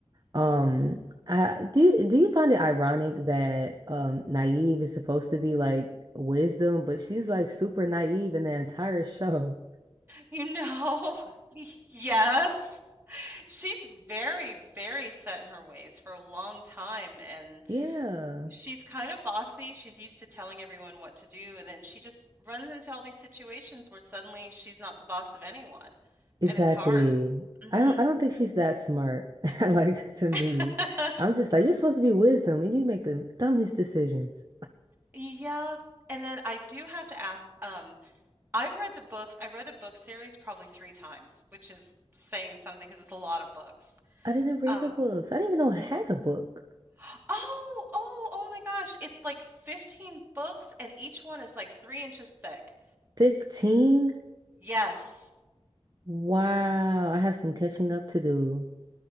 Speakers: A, on the right (about 40°); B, on the right (about 20°).
A: Um, I, do you, do you find it ironic that um Naive is supposed to be like wisdom, but she's like super naive in the entire show? <laughs>
B: you know. <laughs> Yes. She's very, very set in her ways for a long time, and
A: Yeah.
B: She's kind of bossy. She's used to telling everyone what to do, and then she just runs into all these situations where suddenly she's not the boss of anyone.
A: Exactly.
B: And it's hard. hmm
A: I don't I don't think she's that smart. <laughs> Like to me.
B: <laughs>
A: I'm just like, you're supposed to be wisdom and you make the dumbest decisions.
B: Yeah. And then I do have to ask, um, I've read the books. I read the book series probably three times, which is saying something because it's a lot of books.
A: I didn't read
B: Um,
A: the books. I didn't even know I had a book.
B: <gasps> oh, oh, oh my gosh. It's like 15 books, and each one is like three inches thick.
A: 15?
B: Yes.
A: Wow. I have some catching up to do.